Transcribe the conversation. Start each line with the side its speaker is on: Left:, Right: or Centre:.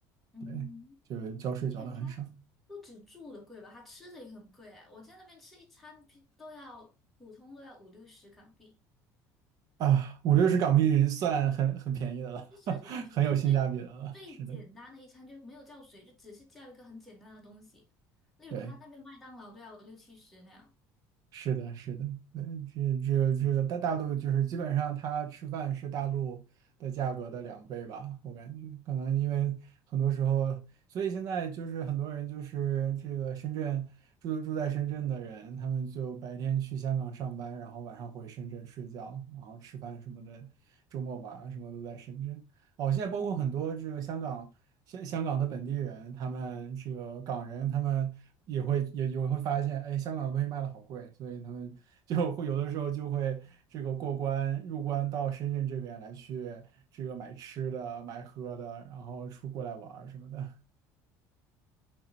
Centre: 嗯，
Right: 对，就是交税交的很少
Centre: 而且他不止住的贵吧，他吃的也很贵哎，我在那边吃一餐平都要普通都要五六十港币，
Right: 啊，五六十港币算很很便宜的了，
Centre: 就真的是很便宜，
Right: <laughs> 很有性价比的了，
Centre: 最最简单的一餐就没有叫水，
Right: 是的，
Centre: 就只是叫一个很简单的东西，例如他那边麦当劳都要六七十那样。
Right: 对。是的，是的，嗯，这这这个大大陆就是基本上它吃饭是大陆的价格的两倍吧，我感觉可能因为很多时候，所以现在就是很多人就是这个深圳住住在深圳的人，他们就白天去香港上班，然后晚上回深圳睡觉，然后吃饭什么的，周末玩儿什么都在深圳。哦，现在包括很多这个香港香香港的本地人，他们这个港人，他们也会也也会发现，哎，香港的东西卖的好贵，所以他们 <laughs> 就会有的时候就会这个过关入关到深圳这边来去这个买吃的、买喝的，然后出过来玩儿什么的。